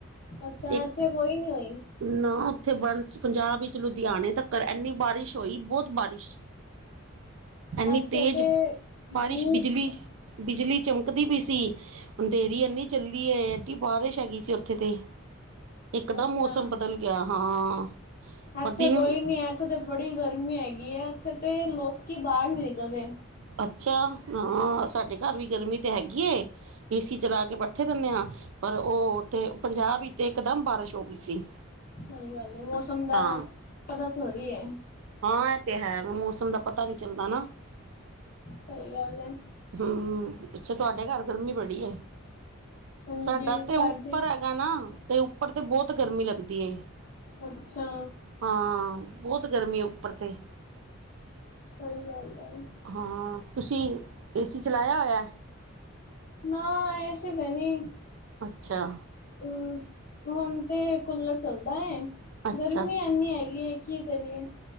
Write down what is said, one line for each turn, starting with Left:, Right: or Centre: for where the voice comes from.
Left: ਅਛਾ
Right: ਇੱਕ
Left: ਐਥੇ ਕੋਈ ਨੀ ਹੋਈ-
Right: ਨਾ ਉਥੇ ਬਣ ਪੰਜਾਬ ਵਿਚ ਲੁਧਿਆਣੇ ਤੱਕ ਇਨੀ ਬਾਰਿਸ਼- ਹੋਈ ਬੋਤ ਬਾਰਿਸ਼ ਐੰਨੀ
Left: ਇੱਥੇ
Right: ਤੇਜ਼
Left: ਤੇ ਧੂਪ
Right: ਬਾਰਿਸ਼ ਬਿਜਲੀ- ਬਿਜਲੀ ਚਮਕਦੀ ਪਈ ਸੀ। ਅੰਧੇਰੀ ਐਨੀ ਚੱਲੀਏ ਐਡੀ ਬਾਰਿਸ਼ ਹੈਗੀ ਸੀ ਉਥੇ ਤੇ- ਇੱਕ ਦਮ
Left: ਅੱਛਾ
Right: ਮੌਸਮ ਬਦਲ ਗਿਆ ਹਾਂ-
Left: ਇੱਥੇ
Right: ਪਰ ਦਿਨ
Left: ਕੋਈ ਨੀ ਹੈ। ਇੱਥੇ ਤਾਂ ਬੜੀ ਗਰਮੀ ਹੈਗੀ ਹੈ। ਇੱਥੇ ਤੇ ਲੋਕੀ ਬਾਹਰ ਨੀ ਨਿਕਲਦੇ-
Right: ਅਛਾ ਹਾਂ ਸਾਡੇ ਘਰ ਵੀ ਗਰਮੀ ਤੇ ਹੈਗੀ ਏ ਏਸੀ ਚਲਾ ਕੇ ਬੈਠੇ ਰੈਂਦੇ ਹਾਂ। ਪਰ ਉਹ ਉਥੇ ਪੰਜਾਬ ਹੀਤੇ ਇਕਦਮ ਬਾਰਿਸ਼ ਹੋ ਗਈ ਸੀ।
Left: ਸਹੀ ਗੱਲ ਏ ਮੌਸਮ ਦਾ
Right: ਤਾਂ
Left: ਪਤਾ ਥੋੜ੍ਹੀ ਹੈ।
Right: ਹਾਂ ਇਹ ਤੇ ਹੈ ਮੌਸਮ ਦਾ ਪਤਾ ਨੀ ਚੱਲਦਾ ਨਾ-
Left: ਸਹੀ ਗੱਲ ਹੈ।
Right: ਹਮ ਅਛਾ ਤੁਹਾਡੇ ਘਰ ਗਰਮੀ ਬੜੀ ਏ।
Left: ਹਾਂਜੀ
Right: ਸਾਡਾ ਤੇ
Left: ਸਾਡੇ
Right: ਉੱਪਰ ਹੈ। ਨਾ ਤੇ ਉੱਪਰ ਤੇ ਬੋਤ ਗਰਮੀ ਲੱਗਦੀ ਏ।
Left: ਅੱਛਾ
Right: ਹਾਂ ਬੋਤ ਗਰਮੀ ਏ ਉੱਪਰ ਤੇ।
Left: ਸਹੀ ਗੱਲ ਹੈ।
Right: ਹਾਂ ਤੁਸੀਂ ਏ -ਸੀ ਚਲਾਇਆ ਹੋਇਆ?
Left: ਨਾ ਏ-ਸੀੇ ਤਾਂ ਨਹੀਂ।
Right: ਅੱਛਾ
Left: ਅਮ ਹੁਣ ਤੇ ਕੂਲਰ ਚੱਲਦਾ ਏ।
Right: ਅੱਛਾ
Left: ਗਰਮੀ
Right: ਅੱਛਾ
Left: ਇੰਨੀ ਹੈਗੀ ਏ। ਕੀ ਕਰੀਏ?